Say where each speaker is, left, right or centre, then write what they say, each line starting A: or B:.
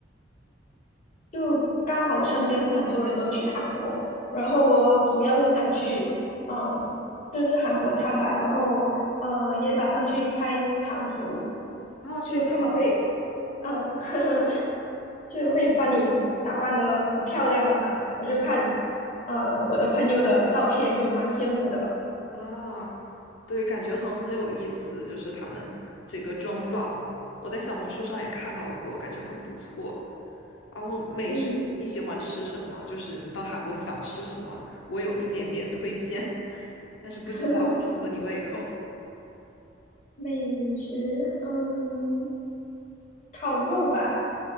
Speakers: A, on the left; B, on the left.
A: 就刚好身边很多人都去韩国，然后我主要是想去嗯吃韩国餐吧，然后呃也打算去拍韩服，
B: <laughs> 然后去景福宫
A: 就他们会。嗯，<laughs> 就会把你打扮得很漂亮嘛。我就看，呃，我的朋友的照片就蛮羡慕的。
B: 啊，对，感觉很很有意思，就是他们这个妆造，我在小红书上也看到过，感觉很不错。然后美食你喜欢吃什么？
A: 嗯，
B: 就是你到韩国想吃什么，我有一点点推荐，<laughs> 但是不知道合不合你胃口。
A: <laughs> 美食，嗯，烤肉吧。